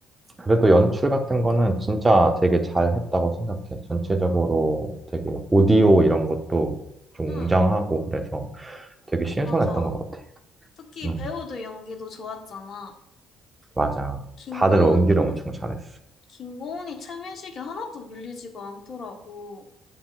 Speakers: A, on the right; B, on the left.
A: 그래도 연출 같은 거는 진짜 되게 잘 했다고 생각해. 전체적으로 되게 오디오 이런 것도 좀
B: 응,
A: 웅장하고 그래서 되게 신선했던
B: 맞아.
A: 것 같아.
B: 특히
A: 음,
B: 배우들 연기도 좋았잖아.
A: 맞아.
B: 김고은,
A: 다들 연기를
B: 응,
A: 엄청 잘했어.
B: 김고은이 최민식이 하나도 밀리지가 않더라고.